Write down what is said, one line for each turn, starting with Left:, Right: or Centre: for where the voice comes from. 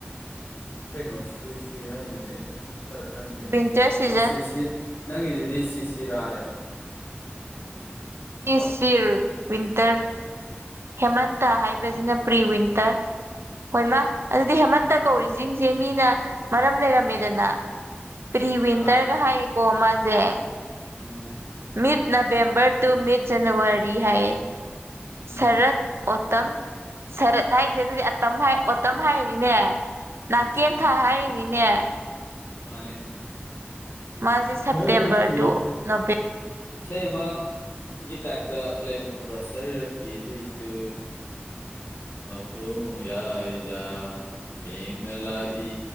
Left: ꯀꯩꯅꯣ ꯁ꯭ꯔꯤ ꯁ꯭ꯔꯤ ꯍꯥꯏꯅꯨ ꯅꯦ ꯁꯥꯔꯠ ꯍꯥꯏꯌꯨꯅꯦꯑꯣ
Right: ꯋꯤꯟꯇꯔ ꯁꯤꯖꯟ
Left: ꯁꯤ꯭ꯔꯤ -ꯁꯤ꯭ꯔꯤ ꯅꯪꯒꯤꯖꯤꯗꯤ ꯁꯤ ꯁꯤꯔꯥꯌꯦ
Right: ꯏꯁ ꯁꯤꯔ ꯋꯤꯟꯇ꯭ꯔ ꯍꯦꯃꯟꯇꯥ ꯍꯥꯏꯕꯁꯤꯅ ꯄ꯭ꯔꯤ ꯋꯤꯟꯇ꯭ꯔ ꯍꯣꯏ ꯃꯥ ꯑꯗꯨꯗꯤ ꯍꯦꯃꯟꯇ ꯀꯧꯔꯤꯁꯤꯡꯁꯦ ꯃꯤꯅ ꯃꯔꯝ ꯂꯩꯔꯝꯃꯦꯗꯅ ꯄ꯭ꯔꯤ ꯋꯤꯟꯇꯔꯒ
Left: ꯑꯥ
Right: ꯍꯥꯏ ꯑꯣ ꯃꯥꯖꯦ
Left: ꯎꯝ
Right: mid November to mid January ꯍꯥꯏꯌꯦ
Left: ꯎꯝ
Right: ꯁꯥꯔꯠ ꯑꯣꯇꯝ ꯁꯥꯔꯠ ꯍꯥꯏꯁꯦ ꯑꯗꯨꯗꯤ ꯑꯇꯝ ꯍꯥꯏ ꯑꯣꯇꯝ ꯍꯥꯏꯔꯤꯅꯤꯅꯦ ꯅꯥꯀꯦꯟꯊ
Left: ꯎꯝ
Right: ꯍꯥꯏꯔꯤꯅꯤꯅꯦ
Left: ꯃꯥꯅꯦ
Right: ꯃꯥꯁꯦ ꯁꯦꯞꯇꯦꯝꯕꯔ
Left: ꯁꯥꯔꯠ ꯀꯤ
Right: ꯇꯨ ꯅꯣꯕꯦꯝ
Left: ꯏꯁꯩ ꯑꯃ ꯒꯤ ꯇꯥꯏꯞꯇ ꯂꯩꯕꯗꯣ ꯈꯪꯕ꯭ꯔꯥ ꯁꯥꯔꯤꯔꯠꯀꯤ ꯔꯤꯇꯨ ꯃꯄꯨꯡꯌꯥꯏꯗ ꯃꯦꯡꯅ ꯂꯥꯛꯏ